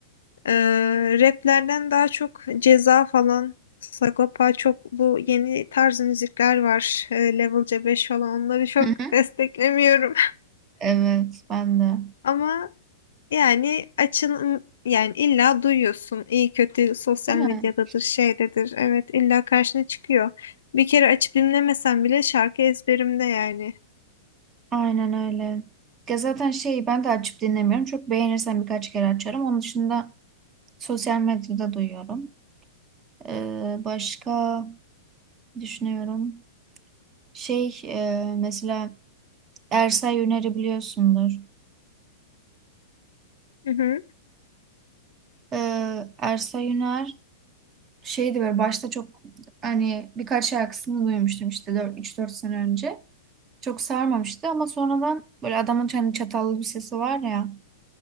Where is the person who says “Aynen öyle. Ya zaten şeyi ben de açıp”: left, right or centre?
Right